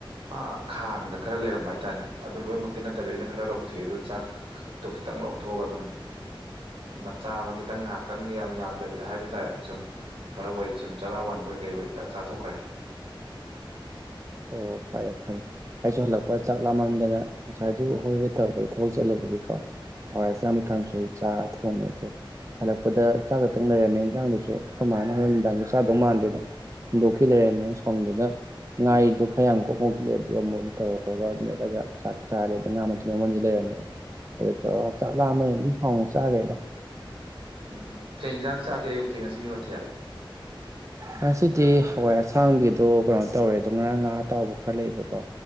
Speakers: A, on the right; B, on the right.
A: ꯑ ꯈꯥꯡꯗ ꯈꯔ ꯂꯩꯔꯝ ꯍꯥꯏꯇꯥꯔꯦ ꯑꯗꯨ ꯂꯣꯏꯅꯃꯛꯇꯤ ꯅꯠꯇꯕꯤꯗ ꯈꯔ ꯂꯧꯊꯣꯛꯑꯦ ꯑꯗꯨ ꯆꯥꯛꯇꯣ ꯈꯤꯇꯪ ꯂꯧꯊꯣꯛꯑꯒ ꯑꯗꯨꯝ ꯃꯆꯥ ꯑꯃ ꯈꯤꯇꯪ ꯉꯥꯏꯍꯥꯛꯇꯪ ꯌꯥꯝ ꯌꯥꯝꯗꯕꯤꯗ ꯍꯥꯏꯕ ꯇꯥꯔꯦ ꯁꯨꯝ ꯈꯔ ꯑꯣꯢ ꯁꯨꯝ ꯆꯔꯥ ꯋꯥꯟ ꯕꯣꯏ ꯀꯩꯕꯣꯏ ꯆꯥ ꯆꯥꯊꯣꯛꯈ꯭ꯔꯦ
B: ꯑꯣ ꯐꯔꯦ ꯐꯔꯦ ꯑꯩꯁꯨ ꯍꯜꯂꯛꯄ ꯆꯥꯛ ꯂꯥꯝꯃꯝꯗꯅ ꯉꯁꯥꯏꯗꯨ ꯍꯣꯏꯕꯦ ꯍꯣꯕꯦ ꯇꯧꯕꯒꯤ ꯊꯕꯛ ꯆꯠꯂꯨꯕꯒꯤꯀꯣ ꯍꯋꯥꯏ ꯑꯁꯥꯡꯕꯤ ꯀꯥꯡꯁꯣꯏ ꯆꯥ ꯊꯣꯡꯉꯦꯈꯣꯏ ꯍꯜꯂꯛꯄꯗ ꯆꯥ ꯈꯛꯇꯪ ꯂꯩꯔꯝꯃꯦ ꯏꯟꯖꯥꯡꯗꯨꯁꯨ ꯀꯃꯥꯏꯅ ꯍꯣꯔꯦꯟ ꯅꯨꯡꯗꯥꯡꯒꯤ ꯆꯥꯗꯧ ꯃꯥꯟꯗ꯭ꯔꯦꯅ ꯍꯨꯟꯗꯣꯛꯈꯤ ꯂꯩꯔꯝꯃꯦ ꯑꯩ ꯁꯥꯎꯅꯤꯡꯕꯗꯨꯗ ꯉꯥꯔꯤꯗꯣ ꯈꯔ ꯌꯥꯝ ꯀꯣꯛ ꯉꯧꯁꯤꯜꯂꯦ ꯑꯗꯨꯒ ꯑꯃꯨꯛ ꯇꯧꯔꯒ ꯃꯦꯠꯂꯒ ꯆꯥꯛ ꯆꯥꯔꯦꯗ ꯉꯥ ꯑꯃꯁꯨ ꯂꯩꯔꯝꯃꯦ ꯑꯗꯨ ꯇꯧꯔꯣꯑꯣ ꯆꯥꯛꯂꯥꯑꯃꯩ ꯑꯗꯨꯝ ꯍꯥꯎꯅ ꯆꯥꯈ꯭ꯔꯦꯗ
A: ꯎꯝ ꯀꯩ ꯏꯟꯁꯥꯡ ꯆꯥꯒꯦ ꯑꯌꯨꯛꯇꯤ ꯉꯁꯤꯒꯤ ꯃꯊꯦꯜ
B: ꯉꯁꯤꯗꯤ ꯍꯋꯥꯏ ꯑꯁꯥꯡꯕꯤꯗꯣ ꯀꯩꯅꯣ ꯇꯧꯔꯦ ꯑꯗꯨ ꯉꯥꯔꯥꯡ ꯉꯥ ꯑꯇꯥꯎꯕ ꯈꯔ ꯂꯩꯕꯀꯣ